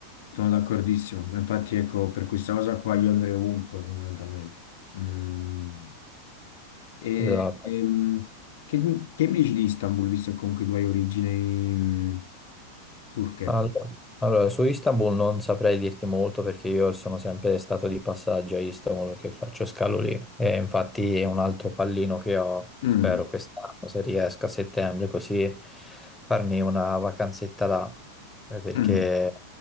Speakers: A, on the left; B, in the centre.
A: sono d'accordissimo. Ma Infatti, ecco, per questa cosa qua io andrei ovunque, fondamentalmente. Mm. E,
B: Esatto.
A: ehm, che, che mi dici di Istanbul, visto che comunque tu hai origini mm, turche?
B: All- Allora, su Istanbul non saprei dirti molto perché io sono sempre stato di passaggio a Istanbul perché faccio scalo lì e infatti è un altro pallino che ho,
A: Mm,
B: spero quest'anno, se riesco a settembre, così farmi una vacanzetta là Eh, perché
A: mm.